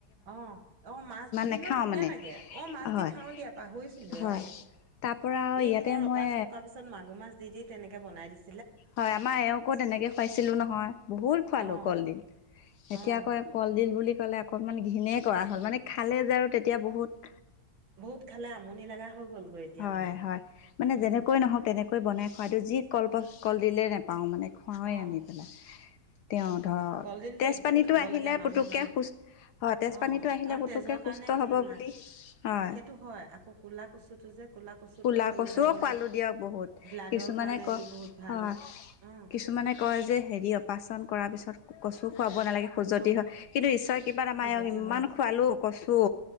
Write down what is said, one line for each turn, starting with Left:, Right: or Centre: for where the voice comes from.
Right: অ-অ মাছ দি দিলেও
Left: নেখাওঁ
Right: ধুনীয়া
Left: মানে
Right: লাগে, অ মাছ
Left: হয়
Right: খাওঁ দিয়া পাহৰিচিলোয়ে
Left: হয়
Right: অ,
Left: তাৰ পৰা আৰু
Right: এই
Left: ইয়াতে
Right: মোৰ
Left: মই
Right: অপাৰেচন কৰাৰ পিছত মা মাগুৰ মাছ দি তেনেক বনাই দিছিল।
Left: হয় আমাৰ এওঁকো তেনেকে খুৱাইছিলো নহয় বহুত খোৱালো
Right: অ',
Left: কলদিল। এতিয়া
Right: অ',
Left: কয় কলডিল বুলি ক'লে অকনমান ঘিণেই কৰা হ'ল মানে খালে যে আৰু তেতিয়া বহুত
Right: <inaudible> খালে আমনি লগা হৈ গ'লগৈ এতিয়া
Left: হয়
Right: মানে
Left: হয়, মানে যেনেকৈ
Right: উম,
Left: নহওক তেনেকৈ বনাই খোৱা টো যি কল্প কলডিলে নেপাও মানে খুৱাওৱে
Right: অ',
Left: আনি পেলাই। তেওঁ ধৰক
Right: কলডিলটো
Left: তেজপানীটো
Right: একদম খাব
Left: আহিলে
Right: লাগে মানুহৰ
Left: পুতুককে
Right: কাৰণে
Left: খোজ হয়, তেজপানীটো
Right: অ',
Left: আহিলে
Right: আৰু
Left: পুতুককে
Right: তেজৰ কাৰণে
Left: সুস্থ
Right: কি
Left: হ'ব
Right: জানা
Left: বুলি, হয়।
Right: অ', সেইটো হয় আকৌ ক'লা কচুটো যে ক'লা কচুটো
Left: ক'লা
Right: আচলতে
Left: কচুও
Right: মানে
Left: খোৱালো দিয়ক বহুত,
Right: ব্লাডৰ
Left: কিছুমানে
Right: কাৰণে
Left: ক
Right: এইটো বহুত ভাল
Left: হয়,
Right: অ',
Left: কিছুমানে কয় যে হেৰি অপাৰেচন কৰাৰ পিছত কচু খোৱাব নালাগে খুজতি
Right: অ',
Left: হয় কিন্তু ঈশ্বৰৰ কৃপাত আমাৰ
Right: খজুৱতি
Left: এওঁক ইমান
Right: হয়
Left: খোৱালোঁ কচু।